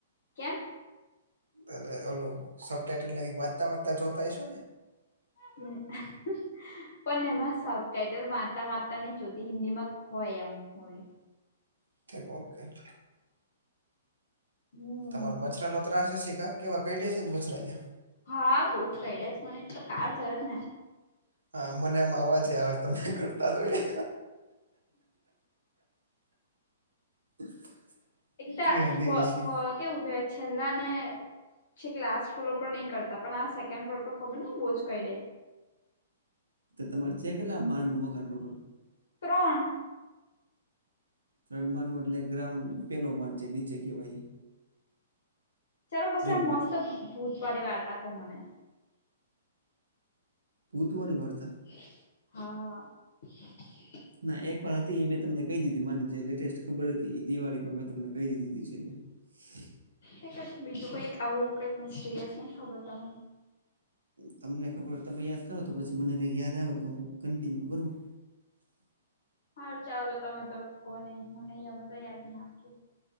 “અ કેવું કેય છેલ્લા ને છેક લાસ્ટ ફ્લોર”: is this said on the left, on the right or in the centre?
Left